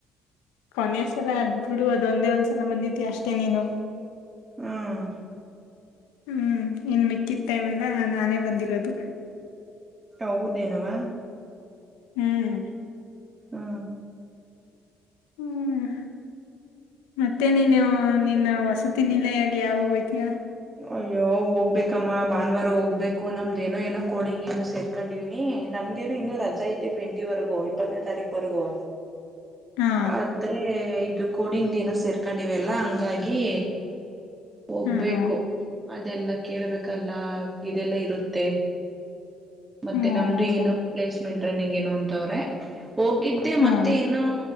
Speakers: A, on the left; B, on the right.
A: ಕೊನೆಯ ಸಲ ಅದ್ಬಿಡು ಅದೊಂದೇ ಒಂದ್ಸಲ ಬಂದಿದ್ಯ ಅಷ್ಟೇ ನೀನು.
B: ಹ್ಮ್
A: ಹ್ಮ್ ಇನ್ ಮಿಕ್ಕಿದ ಟೈಮೆಲ್ಲ ನಾನೇ ಬಂದಿರೋದು.
B: ಹೌದೇನವ್ವ.
A: ಹ್ಮ್
B: ಹ
A: ಹ್ಮ್ ಮತ್ತೆ ನೀನು ನಿನ್ನ ಹೊ <unintelligible> ನೀಲಯ ಅಗಿ ಯಾವಾಗ್ ಹೊತ್ಯಾ.
B: ಅಯ್ಯೋ ಹೋಗ್ಬೇಕಮ್ಮ ಭಾನುವಾರ ಹೋಗ್ಬೇಕು ನಮ್ದ ಏನೋ ಏನೋ ಕೋಡಿಂಗ್ ಏನೋ ಸೇರ್ಕೊಂಡಿವೀನಿ ನಾ ನಮ್ದೇನ ಇನ್ನು ರಜ ಐತಿ ಟ್ವೆಂಟಿ ವರೆಗೂ ಇಪ್ಪತ್ತನೇ ತಾರೀಕ ವರೆಗೂ.
A: ಹಾ
B: ಆದ್ರೆ ಇದು. ಕೋಡಿಂಗ ಏನೋ ಸೇರ್ಕೊಂಡಿವೆಲ್ಲಾ ಹಂಗಾಗಿ. ಹೋಗ್ಬೇಕು
A: ಹ್ಮ್ ಹ್ಮ.
B: ಅದೆಲ್ಲ ಕೇಳ್ಬೇಕಲ್ಲ ಇದೆಲ್ಲ ಇರುತ್ತೆ. ಮತ್ತೆ
A: ಹ್ಮ್
B: ನಮ್ದು ಏನು
A: ಹ್ಮ್
B: ಪ್ಲೇಸ್ಮೆಂಟ್ಟ್ರೈನಿಂಗ್ ಏನು ಅಂತವ್ರೆ. ಹೋಗಿದ್ದೆ
A: ಹ್ಮ್
B: ಮತ್ತೆ ಏನೋ.